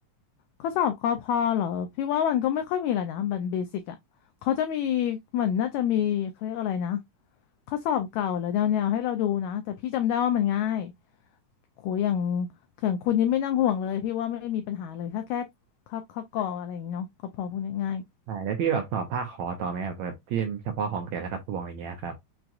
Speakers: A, on the left; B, on the right.
A: ข้อสอบกอพอเหรอพี่ว่ามันก็ไม่ค่อยมีแหละนะมันเบสิกอ่ะเขาจะมีเหมือนน่าจะมีเขาเรียกอะไรนะข้อสอบเก่าหรือแนวๆให้เราดูนะแต่พี่จำได้ว่ามันง่ายโหอย่างเข่องคุณนี่ไม่นั่งห่วงเลยพี่ว่าไม่มีปัญหาเลยถ้าแค่ข้อข้อกออะไรอย่างงี้เนาะกอพอพวกนี้ง่าย
B: ใช่แล้วพี่แบบสอบภาคคอต่อไหมแบบแบบที่เป็นเฉพาะของแต่ละกระทรวงอะไรเงี้ยครับ